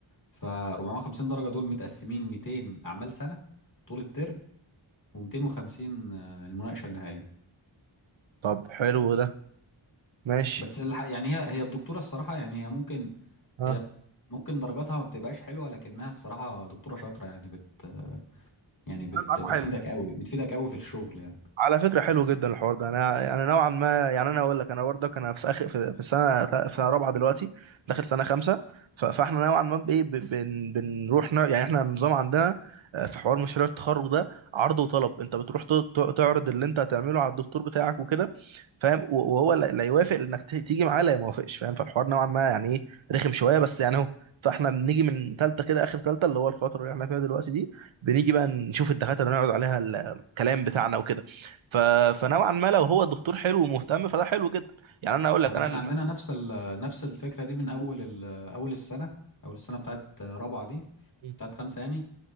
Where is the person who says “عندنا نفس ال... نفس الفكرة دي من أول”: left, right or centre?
Left